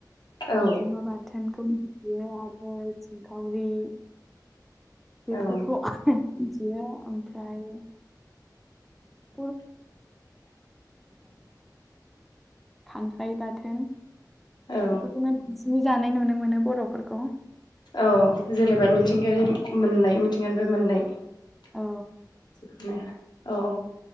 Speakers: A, on the left; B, in the centre.
A: औ
B: गांजेमा बाथोनखौ मिथियो आरो सिंखावरि बेफोरखौ
A: औ
B: मि बियो ओमफ्राय <unintelligible> खांख्राइ बाथोन
A: औ
B: बेफोरखौनो बांसिनै जानाय नुनो मोनो बर'फोरखौ।
A: औ जेनेबा मिथिंगायारि मोननाय मिथिंगानिफ्राय मोननाय।
B: औ
A: औ औ